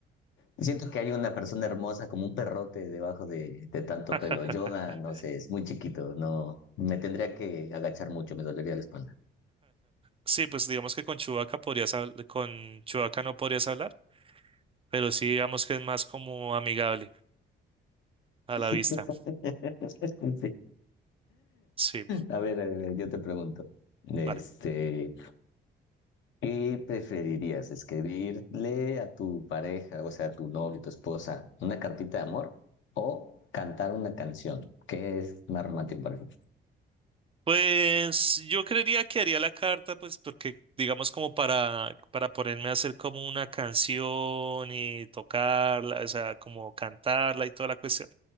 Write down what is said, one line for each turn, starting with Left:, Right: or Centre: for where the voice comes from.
Left: siento que hay una persona hermosa como un perrote debajo de, de tanto
Right: <laughs>
Left: pelo. Yoda, no sé, es muy chiquito, no me tendría que agachar mucho, me dolería la espalda.
Right: Sí, pues digamos que con Chewbacca podrías habl- con Chewbacca no podrías hablar. pero sí digamos que es más como amigable a
Left: <laughs>
Right: la vista.
Left: Sí.
Right: Sí,
Left: A ver, a ver, yo te pregunto. Este,
Right: vale.
Left: ¿Qué preferirías? ¿Escribirle a tu pareja, o sea, a tu novio, tu esposa, una cartita de amor o cantar una canción? ¿Qué es más romántico para ti?
Right: Pues yo creería que haría la carta, pues porque digamos como para, para ponerme a hacer como una canción y tocarla, o sea, como cantarla y toda la cuestión.